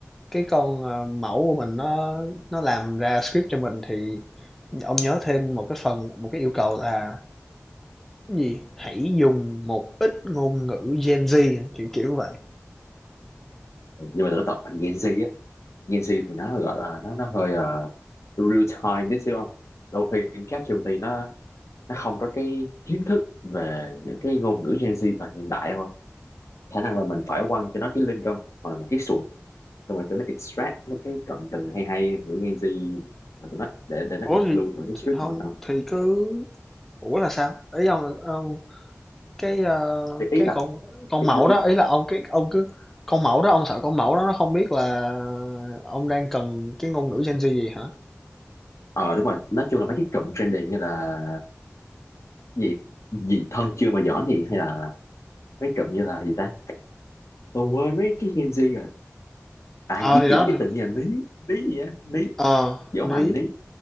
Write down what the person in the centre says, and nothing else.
cái con, ờ, mẫu của mình nó nó làm ra script cho mình thì ông nhớ thêm một cái phần một cái yêu cầu là cái gì? Hãy dùng một ít ngôn ngữ Gen Z, kiểu, kiểu vậy.
Ủa,
thì
thì hông
thì cứ ủa là sao? Ý ông là ông cái, ơ,
cái
con con
mẫu
đó, ý là ông cái ông cứ con mẫu đó ông sợ con mẫu đó nó không biết là ông đang cần cái ngôn ngữ Gen Z gì hả?
Ờ,
thì đó,
Ờ,
Ní,